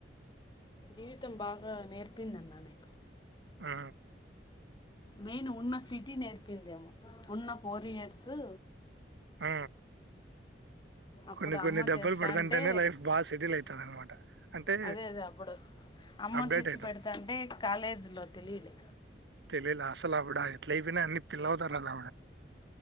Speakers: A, on the left; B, on the right.
A: జీవితం బాగా నేర్పింది అన్న నీకు
B: ఆ
A: మెయిన్ ఉన్న సిటీ నేర్పిందేమో ఉన్న ఫోర్ ఇయర్సు
B: ఆ
A: అప్పుడు
B: కొన్ని కొన్ని
A: అమ్మ
B: దేబలు
A: చేస్తా
B: పడదంటేనే
A: అంటే
B: లైఫ్ బాగా సెటిల్ అవుతది అనమాట అంటే
A: అదే అదే అప్పుడు అమ్మ
B: అప్డేట్
A: తెచ్చి
B: అవుతాం
A: పెడతా అంటే కాలేజీలో తెలియలే
B: తెలియలే అసలు అప్పుడా ఎట్లా అయిపోయినా అన్ని పిల్ల అవుతారులా